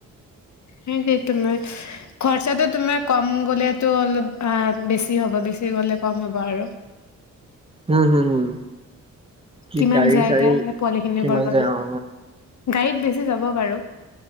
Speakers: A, on the left (about 60°); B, on the right (about 15°).
A: সেই সেই তোমাৰ খৰচাটো তোমাৰ কম গ'লেতো অলপ বেছি হ'ব বেছি গলে কম হ'ব আৰু
B: উম হম হম কি
A: কিমান
B: গাড়ী
A: যায়
B: চাড়ী
A: এতিয়া সেই পোৱালি খিনি
B: কিমান
A: ওপৰত কথা
B: যায় অ
A: গাড়ীত বেছি যাব বাৰু